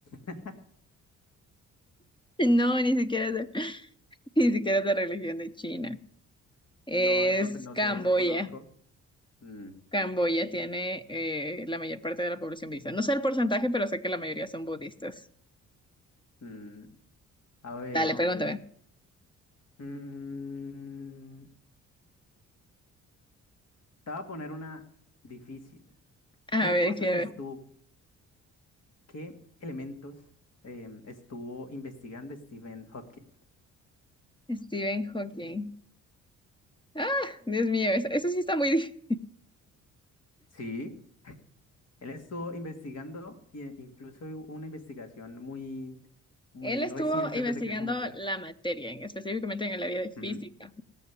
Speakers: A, on the left; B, on the left.
A: <laughs>
B: No, ni siquiera es de, <laughs> ni siquiera es de religión de China. Es
A: No, es que pues, no
B: Camboya.
A: sé, no conozco. Mm,
B: Camboya tiene eh, la mayor parte de la población budista. No sé el porcentaje, pero sé que la mayoría son budistas.
A: mm, A ver.
B: Dale, pregúntame.
A: mm, Te voy a poner una difícil.
B: A
A: ¿Qué
B: ver,
A: cosas
B: quiero
A: estuvo?
B: ver.
A: qué elementos em, estuvo investigando Stephen Hopkins.
B: Stephen Hawking. Ah, Dios mío, eso, eso sí está muy difícil.
A: Sí, él estuvo investigando e incluso hubo una investigación muy, muy
B: Él estuvo
A: reciente
B: investigando
A: antes de que él se muriera.
B: la materia, en- específicamente en el área de física,
A: Ujú.